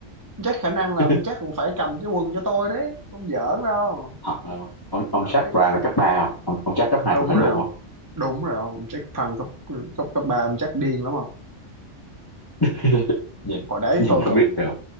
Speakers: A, on the right; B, on the left.
A: ông Jack khả năng
B: <laughs>
A: là ông Jack cũng phải cầm cái quần cho tôi đấy không giỡn đâu
B: thật ờ, ông ông
A: đợt
B: chắc
A: đấy
B: pride là cấp ba không ông, ông chắc cấp hai
A: đúng
B: tôi phải
A: rồi
B: đùn
A: không
B: không
A: đúng rồi không ông Jack prime cấp cấp cấp ba ông Jack điên lắm không
B: <laughs> nhìn
A: hồi đấy
B: nhìn
A: tôi
B: là
A: còn
B: biết rồi